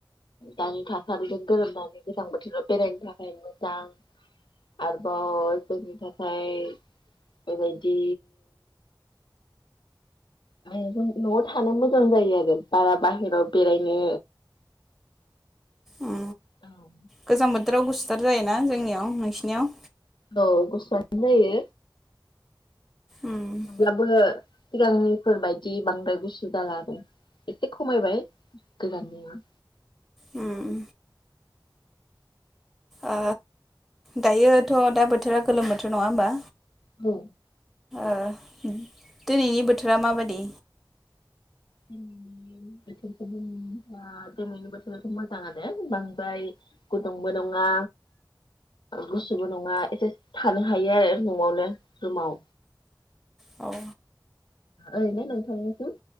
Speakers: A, on the left (about 75°); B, in the centre.
A: दानि थासारिखौ गोरोबनानै गोजां बोथोराव बेरायनो थाखाय मोजां आरोबाव जोंनि थाखाय बेबायदि -दि आ न'आव थानो मोजां जायो आरो बारा बाहेराव बेरायनो
B: उम
A: औ
B: गोजां बोथोराव गुसुथार जायोना जोंनियाव नोंसिनियाव
A: औ गसुवानो जायो
B: उम
A: अब्लाबो सिगांनिफोरबायायदि बांद्राय गुसु जाला आरो एसे खमायबाय गोजाननिया
B: उम ओ दायोथ' दा बोथोरा गोलोम बोथोर नङा होमबा
A: औ
B: ओ दिनैनि बोथोरा माबादि
A: दिनैनि बोथोरखौ दिनैनि बोथोराथ' मोजाङानो बांद्राय गुदुंबो नङा गुसुबो नङा एसे थानो हायो आरो न'आवनो रुमाव
B: औ
A: ओरैनो नोंथांनिसिम